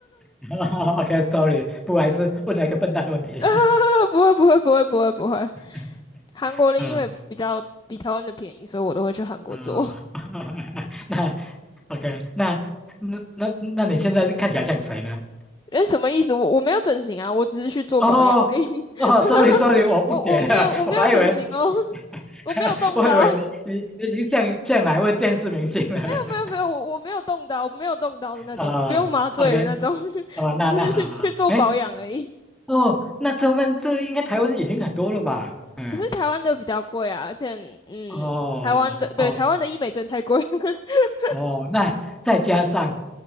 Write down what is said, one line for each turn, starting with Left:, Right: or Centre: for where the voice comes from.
Centre: <laughs>，OK，sorry，不好意思，问了一个笨蛋的问题。
Left: 啊不会不会不会不会不会，
Centre: <laughs>
Left: 韩国的医美比较比台湾的便宜，
Centre: 啊
Left: 所以我都会去韩国做。
Centre: 啊，<laughs> 那 OK，那那那那你现在看起来像谁呢？
Left: 哎，什么意思？我我没有整形啊，我只是去做保养而已。
Centre: 哦哦，sorry sorry，
Left: <laughs>
Centre: 我误解了，
Left: 我我没有我没有整形哦，
Centre: <laughs> 我还以为你，
Left: <laughs>
Centre: <laughs>
Left: 我没有动刀，
Centre: 我以为你你你已经像像哪一位电视明星了。
Left: <laughs> 没有没有，
Centre: <laughs>
Left: 我我没有动刀，我没有动刀的那种，
Centre: 啊，OK，
Left: 不用麻醉的那种，<laughs>
Centre: 哦，那那好好，
Left: 只是去去做保养而已。
Centre: 哎，哦，那咱们这应该台湾已经很多了吧？嗯，
Left: 可是台湾的比较贵啊，而且嗯，
Centre: 哦，
Left: 台湾的对台湾的医美真的太贵。
Centre: 哦，
Left: <laughs>
Centre: 哦，那再加上，